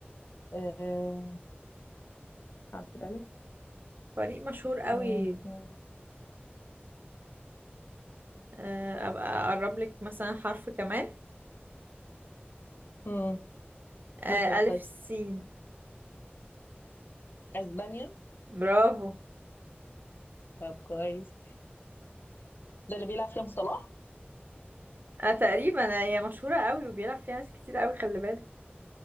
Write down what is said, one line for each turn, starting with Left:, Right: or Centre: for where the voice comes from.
Left: آه عارفه الالف
Right: فريق مشهور قوي
Left: مم، مم،
Right: آه، ابقى اقرب لك مثلا حرف كمان
Left: مم.
Right: آه،
Left: مثلا طيب
Right: ألف سين
Left: اسبانيا
Right: برافو
Left: طب كويس ده اللي بيلعب فيها أبو صلاح
Right: انا تقريبا هي مشهورة قوي وبيلعب فيها ناس كتير قوي خلي بالك